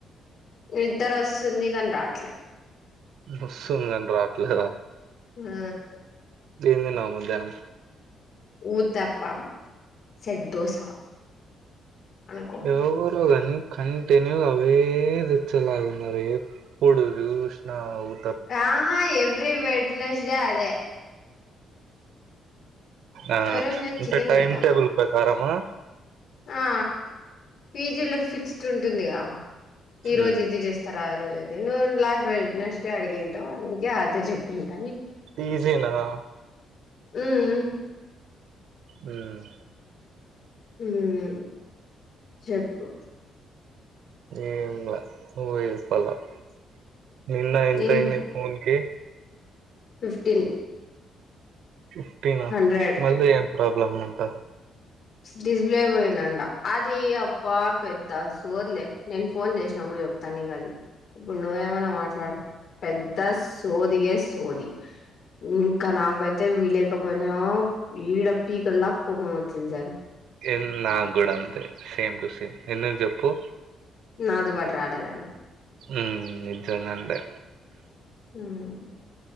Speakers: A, on the left (about 60°); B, on the right (about 75°).
A: నిద్దరోస్తుంది కన్ రాట్లే
B: ఓస్తుంద్ కన్ రాట్లేద
A: ఉమ్
B: ఏం తిన్నావ్ మధ్యానం
A: ఊతప్ప సెట్ దోస అనుకో
B: ఎవవురో గని కంటెన్యూగా అవే దేచ్చేలాగున్నారెంద్ ప్పుడు జూసినా ఉత్
A: కా ఎవ్రీ వెడ్నెస్డే అదే
B: ఆ
A: ఈ రోజు నేను
B: అంటే
A: చికెన్
B: టైమ్
A: పెడతారు
B: టేబుల్
A: మాకు
B: ప్రకారమా
A: ఆ పీజీలో ఫిక్స్డ్ ఉంటుందిగా ఈ
B: హ్మ్
A: రోజ్ ఇది చేస్తారా ఆ రోజ్ అద్ నువ్వు లాస్ట్ వేడ్నేస్డే అడిగంటావు అందుకే అదే చెప్పింట
B: తిసై అన్నా కదా
A: ఉమ్ మ్
B: ఉమ్
A: ఉమ్ చెప్పు
B: ఏంలా మూవీ చూసుకోవాల్ ఇ ఎం ఐ అంతైంది
A: నేను
B: ఫాన్కి
A: ఫిఫ్టీన్
B: ఫిఫ్టీన
A: హండ్రెడ్
B: మళ్ళీ ఏం ప్రాబ్లమ్ అంట
A: డీస్లే పోయిందంట అది అప్ప పెద్ద సోద్లే నేను ఫోన్ చేసినపుడు చెప్ తనిగది ఇప్పుడు నువ్వేమైన్నా మాట్లాడు పెద్ద సోది గాయ్ సోది ఇంకా నాకైతే వి లేకపోయినాో ఈడ పీకల్దక్ కోపం వచ్చింది సార్
B: ఎన్ నగుడ్ అంతే సేమ్ టు సేమ్ ఎందుకు చెప్పు
A: నాతో పాట్ రాలేద్ అని
B: ఉమ్ నిజంగంతే
A: మ్